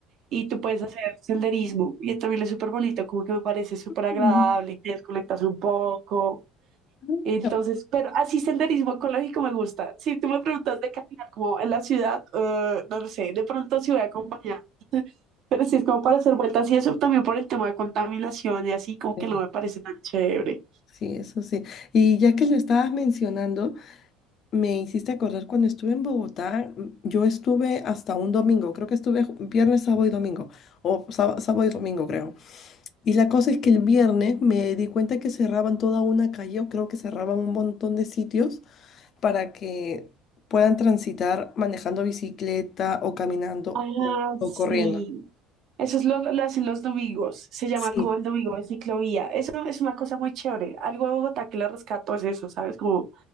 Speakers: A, on the right; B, on the left.
A: y tú puedes hacer senderismo. Y también es súper bonito, como que me parece súper agradable,
B: Ujú.
A: te desconectas un poco.
B: Ujú.
A: Entonces, pero así senderismo ecológico me gusta. Si tú me preguntas de caminar como en la ciudad, eh, no lo sé, de pronto sí voy acompañada. <laughs> Pero si es como para hacer vueltas y eso también por el tema de contaminación y así, como
B: Sí.
A: que no me parece tan chévere.
B: Sí, eso sí. Y ya que lo estabas mencionando, me hiciste acordar cuando estuve en Bogotá, m- yo estuve hasta un domingo, creo que estuve ju- viernes, sábado y domingo, o sá- sábado y domingo creo. Y la cosa es que el viernes me di cuenta que cerraban toda una calle, o creo que cerraban un montón de sitios para que puedan transitar manejando bicicleta o caminando
A: Ah,
B: o o
A: sí.
B: corriendo.
A: Eso es lo, lo hacen los domingos, se llama
B: Sí.
A: como el domingo de ciclovía. Eso es una cosa muy chévere. Algo de Bogotá que le rescato es eso, ¿sabes? Como,